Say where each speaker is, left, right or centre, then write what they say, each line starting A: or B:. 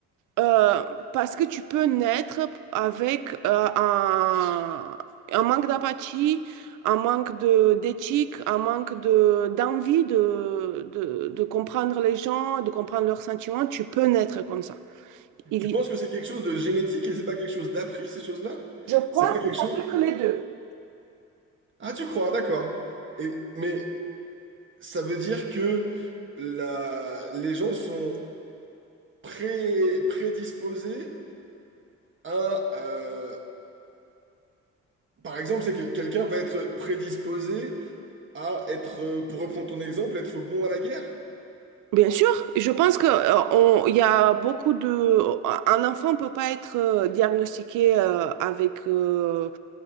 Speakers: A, on the right (about 85°); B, on the right (about 40°).
A: euh, parce que tu peux naître avec euh, un, un manque d'apathie, un manque de, d'éthique, un manque de, d'envie de, de, de comprendre les gens, de comprendre leurs sentiments. Tu peux naître comme ça. Il,
B: Tu penses que c'est quelque chose de génétique et c'est pas quelque chose d'appris, ces choses-là?
A: je crois
B: C'est pas quelque
A: que ça
B: chose...
A: peut être les deux.
B: Ah, tu crois, d'accord. Et, mais ça veut dire que la, les gens sont pré- prédisposés à... euh, par exemple, c'est que quelqu'un va être prédisposé à être, euh, pour reprendre ton exemple, être bon à la guerre.
A: Bien sûr, je pense que euh, on- il y a beaucoup de un enfant ne peut pas être euh, diagnostiqué euh, avec euh,